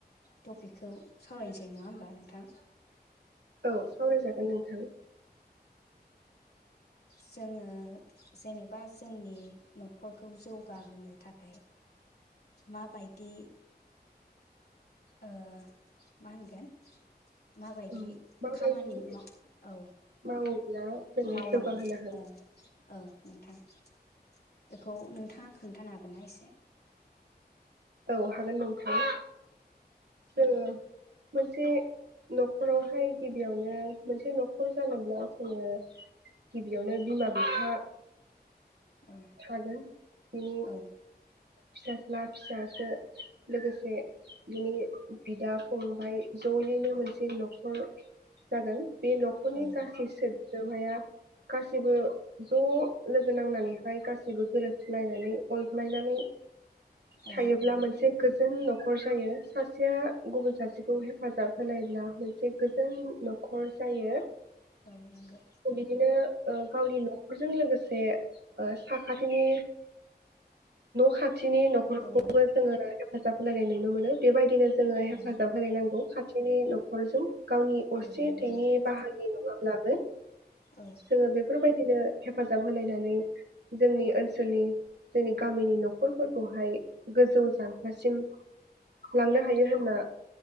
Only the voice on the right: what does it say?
औ सावरायजागोन नोंथां
औ माबायदि
मावोब्ला जोङो
जौगाहोनो हागोन
औ हागोन नों औ मोनसे न'खरावहाय गिबियावनो मोनसे न'खर जानोब्ला जोंङो गिबियावनो बिमा बिफा
थागोन बिनि
फिसाज्ला फिसाजो लोगोसे बिनि बिदा फंबाय जयैनो मोनसे न'खर जागोन बे न'खरनि
गासै सोद्रोमाया गासैबो ज लोगो नांनानैहाय गासैबो गोरोबस्लायनानै अनज्लायनानै
थायोब्ला मोनसे गोजोन न'खर जायो सानसे सासेया गुबुन सासेखौ हेफाजाब होलायब्ला मोनसे गोजोन न'खर जायो
बिदिनो गावनि न'खरजों लोगोसे साखाथिनि खाथिनि न'खरखौबो
जोङो हेफाजाब होलायनाय नुनो मोनो बेबायदिनो जोङो हेफाजाब
होनो नांगौ खाथिनि न'खरजों गावनि असे
थैनि
बाहागि नङाब्लाबो
जोङो बेफोरबायदिनो हेफाजाब होलायनानै जोंनि ओनसोलनि जोंनि गामिनि न' न'खरफोरखौहाय गोजौ जांख्लासिम लांनो हायो होनना